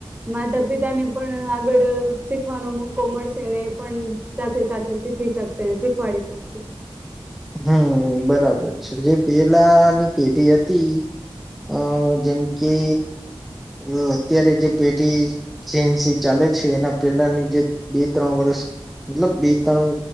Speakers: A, on the right; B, in the centre.
A: માતા પિતાને પણ આગળ શીખવાનો મોકો મળશે. ને એ પણ સાથે સાથે શીખી શકશે શીખવાડી શકશે.
B: હમ્મ બરાબર છે જે પેલાની પેઢી હતી અ જેમ કે અ અત્યારે જે બેટી સેનસી ચાલે છે. એના પેલાની જે બે ત્રણ વર્ષ મતલબ બે ત્રણ